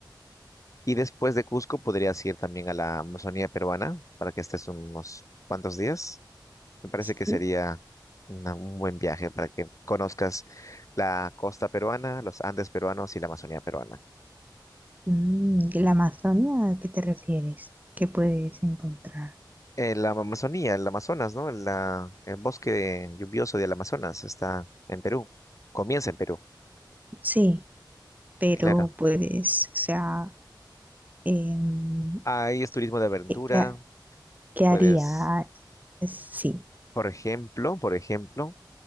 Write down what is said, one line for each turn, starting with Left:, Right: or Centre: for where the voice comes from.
Left: Y después de Cusco podrías ir también a la Amazonía peruana para que estés unos cuantos días. Me parece
Right: sí.
Left: que sería una- un buen viaje para que conozcas la costa peruana, los Andes peruanos y la Amazonía peruana.
Right: Mm, ¿la Amazonia a qué te refieres? ¿Qué puedes encontrar?
Left: Eh, la Amazonía, el Amazonas, ¿no? La- el bosque lluvioso del Amazonas está en Perú. Comienza en Perú,
Right: Sí, pero
Left: claro.
Right: puedes, o sea, em,
Left: Ahí es turismo de aventura.
Right: ¿qué, qué ha- qué haría?
Left: Puedes,
Right: Es- Sí.
Left: por ejemplo, por ejemplo,